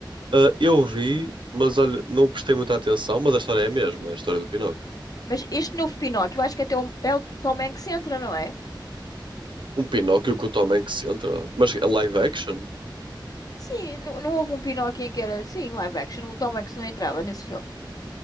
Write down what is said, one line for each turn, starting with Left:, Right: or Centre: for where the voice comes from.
Right: Ah, eu vi, mas olha, não prestei muita atenção, mas a história é a mesma, é a história do Pinóquio.
Left: Mas este novo Pinóquio, eu acho que até o- é o Tom Hanks entra, não é?
Right: Um Pinóquio que o Tom Hanks entra, mas é live action?
Left: Sim, não, não houve um Pinóquio em que era assim, live action. O Tom Hanks não entrava nesse filme.